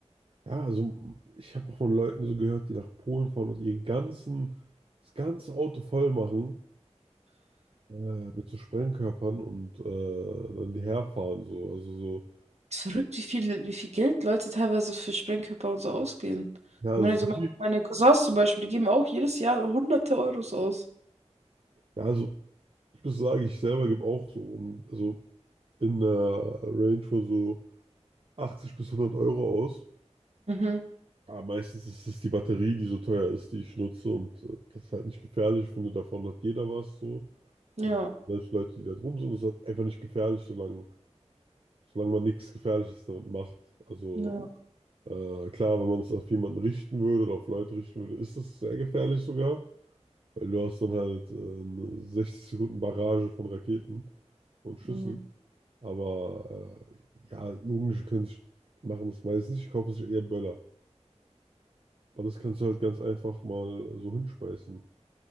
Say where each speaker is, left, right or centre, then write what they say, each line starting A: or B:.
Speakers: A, on the right; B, on the right.
A: ja, also ich habe auch von Leuten so gehört, die nach Polen fahren und ihr ganzen, das ganze Auto voll machen äh, mit so Sprengkörpern und äh, dann die herfahren. So. Also so,
B: Ist verrückt, wie viel, wie viel Geld Leute teilweise für Sprengkörper und so ausgeben.
A: ja, also,
B: Ich meine, so meine, meine Cousins zum Beispiel, die geben auch jedes Jahr hunderte Euros aus.
A: ja, also Ich muss sagen, ich selber gebe auch so, um, also in der Range von so 80 bis 100 Euro aus.
B: Mhm.
A: Aber meistens ist es die Batterie, die so teuer ist, die ich nutze und äh, das ist halt nicht gefährlich. Ich finde, davon hat jeder was so.
B: Ja.
A: Also selbst Leute, die da drum sind, ist halt einfach nicht gefährlich, solange, solange man nichts Gefährliches damit macht. Also
B: Ja.
A: äh, klar, wenn man es auf jemanden richten würde oder auf Leute richten würde, ist es sehr gefährlich sogar, weil du hast dann halt äh, eine 60 Sekunden Barrage von Raketen und Schüssen.
B: Mhm.
A: Aber äh, ja, Jugendliche können sich, machen das meistens nicht, die kaufen sich eher Böller. Aber das kannst du halt ganz einfach mal so hinschmeißen.